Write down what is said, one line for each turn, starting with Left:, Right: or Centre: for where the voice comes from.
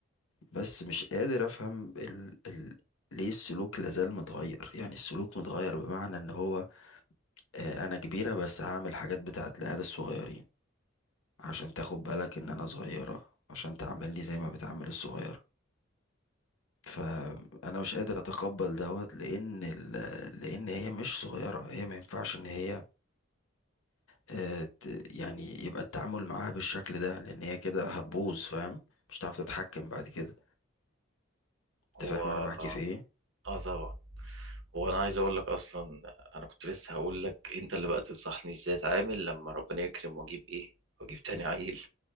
Left: بس مش قادر افهم ال... ال... ليه السلوك لازال متغير يعني السلوك متغير بمعنى ان هو آه، انا كبيرة بس هعمل حاجات بتاعت العيال الصغيرين عشان تاخد بالك ان انا صغيرة عشان تعاملني زي ما بتعامل الصغيرة فانا مش قادر اتقبل دوت لان ال... لان هي مش صغيرة هي ما ينفعش ان هي آه، ت- يعني يبقى التعامل معاها بالشكل ده لان هي كده هتبوظ فاهم مش هتعرف تتحكم بعد كده انت
Right: هو
Left: فاهم
Right: اه
Left: انا بحكي في ايه
Right: آه طبعا هو انا عايز اقول لك اصلا انا كنت لسه هقول لك انت اللي بقى تنصحني ازاي اتعامل لما ربنا يكرم واجيب ايه واجيب تاني عيل